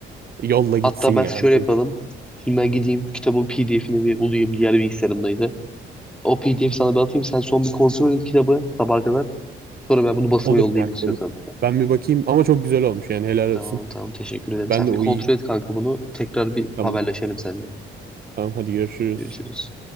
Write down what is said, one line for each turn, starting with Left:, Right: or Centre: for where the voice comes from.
Right: Yolla gitsin
Centre: Hatta ben
Right: yani
Centre: şöyle
Right: Olur,
Centre: yapalım. Şimdi ben gideyim kitabın PDF'ini bir bulayım. Diğer bilgisayarımdaydı. O PDF sana bir atayım. Sen son bir kontrol et kitabı sabaha kadar. Sonra ben bunu basıma
Right: Olur
Centre: yollayayım
Right: kanka
Centre: istiyorsan.
Right: olur. Ben bir bakayım ama çok güzel olmuş yani helal
Centre: Tamam
Right: olsun.
Centre: tamam teşekkür ederim.
Right: Ben
Centre: Sen
Right: de
Centre: bir
Right: uyuyayım.
Centre: kontrol et kanka bunu. Tekrar bir
Right: Tamam.
Centre: haberleşelim seninle.
Right: Tamam hadi görüşürüz.
Centre: Görüşürüz.